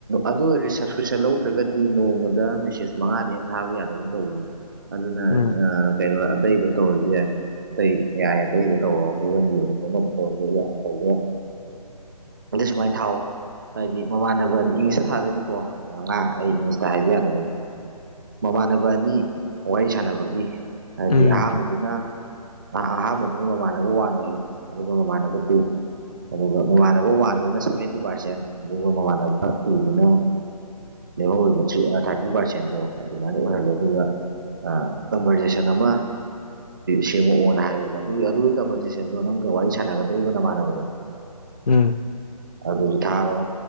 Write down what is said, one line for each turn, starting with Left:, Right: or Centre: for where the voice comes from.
Right: ꯑꯗꯨ ꯔꯤꯁꯞꯁꯀ꯭ꯔꯤꯞꯁꯟ ꯂꯧꯗ꯭ꯔꯒꯗꯤ ꯅꯣꯡꯃꯗ ꯃꯦꯁꯦꯁ ꯃꯉꯥꯗꯒꯤ ꯍꯦꯟꯅ ꯊꯥꯕ ꯌꯥꯗꯒꯨꯝ ꯇꯧꯕꯅꯦ꯫ ꯑꯗꯨꯅ
Left: ꯎꯝ
Right: ꯑ ꯀꯩꯅꯣ ꯑꯇꯩꯗ꯫ ꯇꯧꯔꯁꯨ ꯌꯥꯏ ꯑꯇꯩ ꯑꯦ ꯑꯥꯏ ꯑꯇꯩꯗ ꯇꯧꯔꯣ ꯒꯨꯒꯜꯒꯤ ꯇꯧꯔꯒꯦ ꯁꯨ ꯌꯥꯏ ꯇꯧꯕ ꯌꯥꯏ꯫ ꯑꯗꯁꯨꯃꯥꯏꯟ ꯊꯥꯎ꯫ ꯍꯥꯏꯗꯤ ꯃꯃꯥꯟꯅꯕꯗꯤ ꯏꯪꯂꯤꯁꯇ ꯊꯥꯗꯣꯏꯅꯤꯀꯣ ꯉꯥ ꯑꯩ ꯏꯪꯂꯤꯁꯇ ꯍꯥꯏꯕ ꯌꯥꯗꯕꯩꯅꯤ꯫ ꯃꯃꯥꯟꯅꯕ ꯑꯅꯤ ꯋꯥꯔꯤ ꯁꯥꯟꯅꯕꯒꯤ ꯍꯥꯏꯗꯤ
Left: ꯎꯝ
Right: ꯑꯍꯥꯟꯕꯗꯨꯅ꯫ ꯑꯍꯥꯟꯕꯗꯨꯅ ꯃꯃꯥꯟꯅꯕ ꯋꯥꯟ ꯑꯣꯏꯜꯂꯣ ꯑꯗꯨꯒ ꯃꯃꯥꯟꯅꯕ ꯇꯨ꯫ ꯑꯗꯨꯒ ꯃꯃꯥꯟꯅꯕ ꯋꯥꯟꯗꯨꯅ ꯁꯚꯦꯟꯇꯤ ꯄꯥꯔꯁꯦꯟ ꯑꯗꯨꯒ ꯃꯃꯥꯟꯅꯕ ꯇꯨꯗꯨꯅ꯫ ꯂꯦꯝꯍꯧꯔꯤꯕ ꯊꯔꯤ ꯊꯥꯔꯇꯤ ꯄꯥꯔꯁꯦꯟꯗꯣ ꯑꯗꯨꯃꯥꯏꯅ ꯑꯣꯏꯍꯜꯂꯣ ꯑꯗꯨꯒ꯫ ꯑꯥ ꯀꯟꯕꯥꯔ ꯁꯦꯁꯟ ꯑꯃꯥ꯫ ꯁꯦꯝꯃꯛꯑꯣꯅ ꯍꯥꯏꯌꯣꯕ ꯑꯗꯨꯒꯤ ꯑꯗꯨꯒꯤ ꯀꯝꯄꯔꯦꯁꯟꯗꯣ ꯅꯪꯒ ꯋꯥꯔꯤ ꯁꯥꯟꯅꯒꯗꯣꯔꯤꯕ ꯅꯃꯥꯟꯅꯕꯗꯣ꯫
Left: ꯎꯝ꯫
Right: ꯑꯗꯨꯁꯨ ꯊꯥꯔꯣ